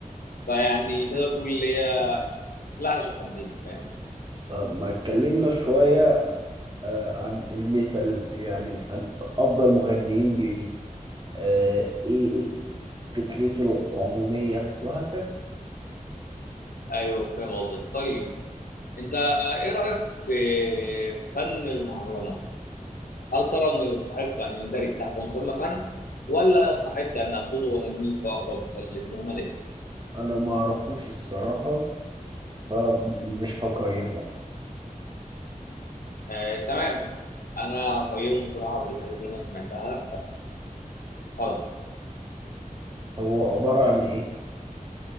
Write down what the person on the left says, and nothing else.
فيعني تقدر تقول اللي هي سلاح ذو حدين فاهم
أيوه فاهم قصدك طيب أنت إيه رأيك في فن المهرجانات؟ هل ترى إنه يستحق أن يندرج تحت مسمى فن ولا يستحق أن آخذه ونرميه في أقرب سلة مهملة؟
آه تمام انا قيمه الصراحه بالحاجات اللي انا سمعتها فخلاص